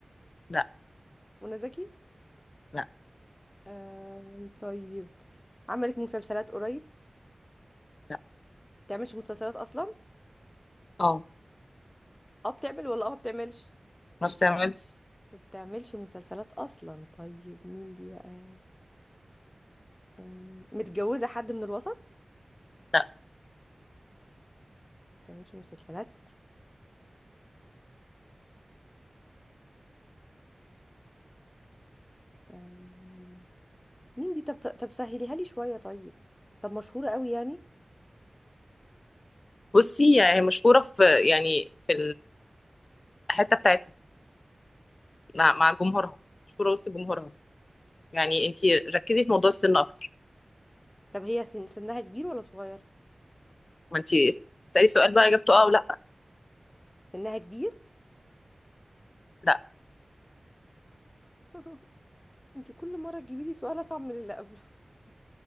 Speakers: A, on the left; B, on the left.
A: لا
B: منى زكي
A: لا
B: آم، طيب عملت مسلسلات قريب
A: لا
B: بتعملش مسلسلات اصلا
A: اه
B: اه بتعمل ولا اه ما بتعملش
A: ما بتعملش
B: ما بتعملش مسلسلات اصلا طيب مين دي بقى أم، متجوزة حد من الوسط
A: لا
B: ما بتعملش مسلسلات أم، مين دي طب طب سهليها لي شوية طيب طب مشهورة قوي يعني
A: بصي هي مشهوره في يعني في الحته بتاعتها مع مع جمهورها مشهوره وسط جمهورها يعني انت ركزي في موضوع السن اكتر
B: طب هي سن سنها كبير ولا صغير
A: ما انت اسالي سؤال بقى اجابته اه ولا
B: سنها كبير
A: لا
B: <laughs> انت كل مرة تجيبي لي سؤال اصعب من اللي قبله